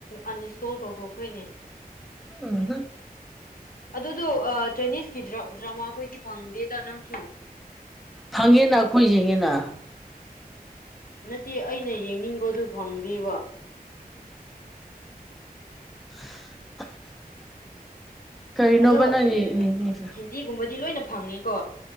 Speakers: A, on the left; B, in the centre.
A: ꯑꯟꯏꯟꯁꯇꯣꯜ ꯇꯧꯊꯣꯛꯈ꯭ꯔꯦꯅꯦ
B: ꯎ
A: ꯑꯗꯨꯗꯣ ꯆꯥꯏꯅꯤꯁꯀꯤ ꯗ꯭ꯔꯃꯥ ꯑꯩꯈꯣꯏꯗꯤ ꯐꯪꯗꯦꯗ ꯅꯪꯁꯨ
B: ꯍꯪꯉꯦꯅ ꯑꯩꯈꯣꯏ ꯌꯦꯡꯉꯦꯅ
A: ꯅꯠꯇꯦ ꯑꯩꯅ ꯌꯦꯡꯅꯤꯡꯕꯗꯨ ꯐꯪꯗꯦꯕ
B: <unintelligible> ꯀꯔꯤꯅꯣꯕ
A: ꯑꯗꯣ
B: ꯅꯪ
A: ꯎꯝ
B: ꯌꯦꯡꯉꯤꯁꯦ
A: ꯍꯤꯟꯗꯤꯒꯨꯝꯕꯗꯤ ꯂꯣꯏꯅ ꯐꯪꯉꯦꯀꯣ